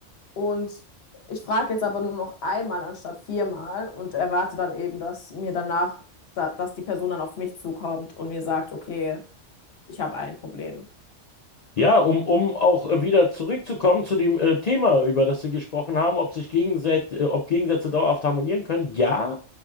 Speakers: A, on the left (about 60°); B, on the left (about 80°).
A: Und ich frage jetzt aber nur noch einmal anstatt viermal und erwarte dann eben, dass mir danach, da, dass die Person dann auf mich zukommt und mir sagt, okay, ich habe ein Problem.
B: Ja, um, um auch äh, wieder zurückzukommen zu dem äh, Thema, über das wir gesprochen haben, ob sich Gegensätze, äh, ob Gegensätze dauerhaft harmonieren können. Ja,